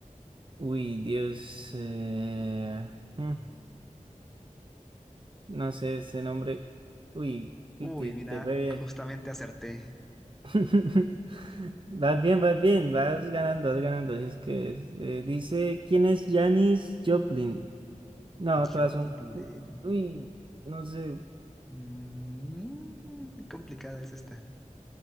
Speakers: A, on the right; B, in the centre.
A: Uy, Dios. eh, mm, No sé ese nombre. Uy,
B: Uy,
A: uy, te,
B: mira,
A: te fue bien.
B: justamente acerté.
A: <laughs> Vas bien, vas bien, vas ganando, vas ganando. Así es que es, eh, dice, ¿quién es Janis Joplin? No, todas
B: Yo
A: son...
B: le-
A: Uy, no sé.
B: Mm, complicada es esta.